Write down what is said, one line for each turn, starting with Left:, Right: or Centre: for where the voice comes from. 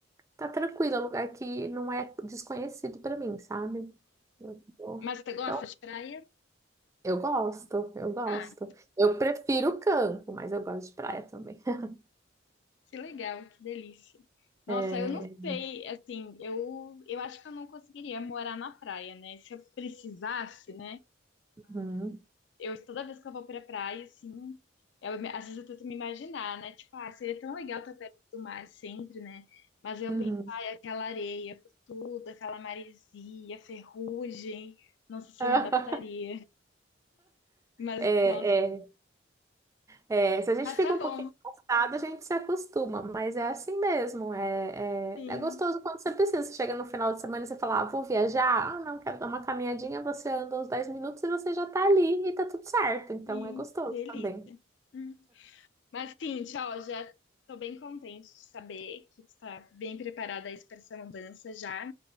Right: tá tranquilo, é um lugar que não é desconhecido para mim, sabe? Eu tô-
Left: Mas você gosta
Right: Então,
Left: de praia?
Right: eu gosto, eu gosto.
Left: Ah,
Right: Eu prefiro o campo, mas eu gosto de praia também. <laughs>
Left: que legal, que delícia. Nossa,
Right: É...
Left: eu não sei, assim, eu, eu acho que eu não conseguiria morar na praia, né? Se eu precisasse, né?
Right: uhum,
Left: eu toda vez que eu vou pra praia, assim, eu, me- às vezes eu tento me imaginar, né? Tipo, ah, seria tão legal estar perto do mar sempre, né? Mas eu
Right: uhum.
Left: penso, ai, aquela areia por tudo, aquela maresia, ferrugem, não sei se
Right: <laughs>
Left: eu me adaptaria. Mas,
Right: É,
Left: nossa,
Right: é, é, se a gente
Left: mas
Right: fica
Left: tá
Right: um
Left: bom,
Right: pouquinho cansado, a gente se acostuma, mas é assim mesmo. É,
Left: sim,
Right: é, é gostoso quando você precisa. Você chega no final de semana e você fala, ah, vou viajar, ah, não, quero dar uma caminhadinha. Você anda uns 10 minutos e você já tá ali e tá tudo certo. Então
Left: sim,
Right: é gostoso
Left: delícia.
Right: também.
Left: Hum. Mas, sim, tchau, já tô bem contente de saber que tu tá bem preparada aí pra essa mudança já.